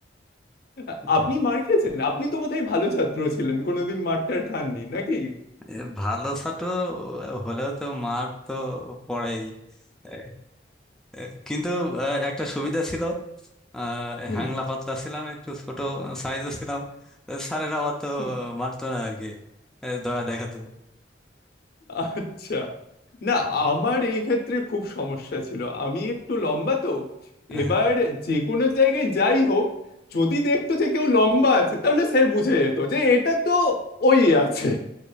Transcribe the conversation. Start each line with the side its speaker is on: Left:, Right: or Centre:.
Left: আ-
Centre: সেটাই।
Left: আপনি মার খেয়েছেন আপনি তো বোধহয় ভালো ছাত্র ছিলেন কোনোদিন মারটার খাননি নাকি
Centre: এ, ভালো ছাত্র হলেও তো মার তো পড়েই এ, এ, কিন্তু আহ, একটা সুবিধা ছিল আহ,
Left: হুম
Centre: হ্যাংলা পাতলা ছিলাম একটু ছোট সাইজে ছিলাম তো স্যারেরা অত
Left: হুম
Centre: মারতো না আর কি এ, দয়া দেখাতো
Left: আচ্ছা না
Centre: হ্যাঁ,
Left: আমার এই ক্ষেত্রে খুব সমস্যা ছিল আমি একটু লম্বা তো
Centre: হ্যাঁ,
Left: এবার যে কোনো জায়গায় যাই হোক যদি দেখতো যে কেউ লম্বা আছে তাহলে স্যার বুঝে যেত যে এটা তো ওই আছে